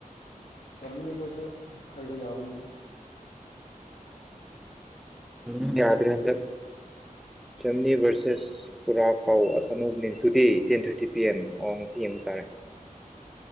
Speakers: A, on the left; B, in the centre.
A: ꯖꯔ꯭ꯃꯅꯤ ꯈꯣꯢꯁꯨ ꯍꯥꯏꯕ ꯌꯥꯎꯕꯅꯦ ꯑꯗꯨꯝ
B: ꯎꯝ ꯌꯥꯗ꯭ꯔꯦ ꯍꯟꯗꯛ ꯖꯔꯃꯅꯤ ꯚꯔꯁꯦꯁ ꯄꯨꯔꯥ ꯀꯥꯎ ꯑꯁ ꯑꯅꯧꯕ ꯇꯨꯗꯦ ꯇꯦꯟ ꯊꯥꯔꯇꯤ ꯄꯤ ꯑꯦꯝ ꯑꯋ ꯉꯁꯤ ꯌꯦꯡꯕ ꯇꯥꯔꯦ